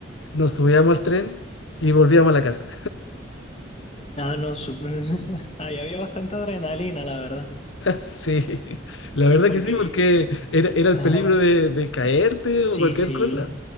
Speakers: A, on the left; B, on the left.
A: nos subíamos al tren y volvíamos a la casa.
B: Ah, no, súper. <laughs> Ahí había bastante adrenalina, la verdad.
A: Sí, la verdad
B: Porque,
A: que sí, porque era, era el
B: ajá,
A: peligro de, de caerte
B: sí,
A: o cualquier
B: sí.
A: cosa,